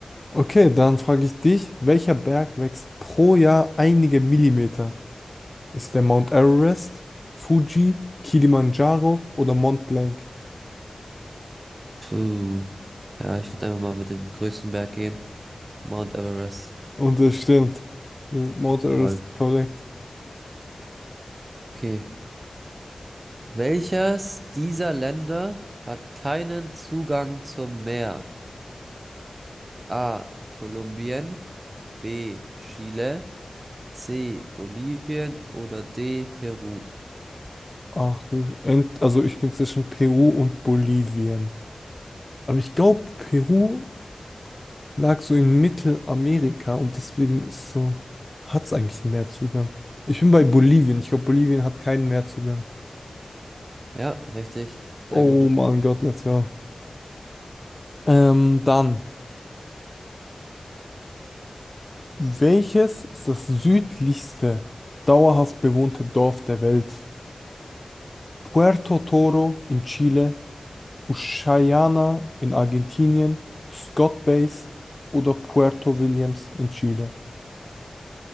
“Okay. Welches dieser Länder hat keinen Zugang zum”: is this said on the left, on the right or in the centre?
Right